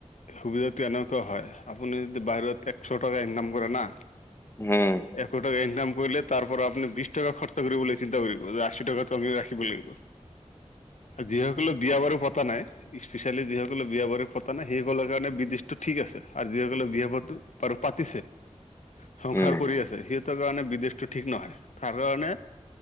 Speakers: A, on the left; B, on the left.
A: সুবিধাটো এনেকুৱা হয়। আপুনি যদি বাহিৰত এক চ টকা ইনকাম কৰে না
B: উম,
A: এশ টকা ইনকাম কৰিলে তাৰ পৰা আপুনি বিছ <unintelligible> খৰচা কৰিবলৈ চিন্তা কৰিব যে আশী টকাটো আমি ৰাখিব লাগিব। যিসকলে বিয়া বাৰু পতা নাই, স্পেচিয়েলি যিসকলে বিয়া বাৰু পতা নাই সেইসকলৰ কাৰণে বিদেশটো ঠিক আছে আৰু যিসকলে বিয়া পাতো বাৰু পাতিছে।
B: <inaudible>
A: সংসাৰ
B: উম,
A: কৰি আছে সিহঁতৰ কাৰণে বিদেশটো ঠিক নহয়, তাৰ কাৰণে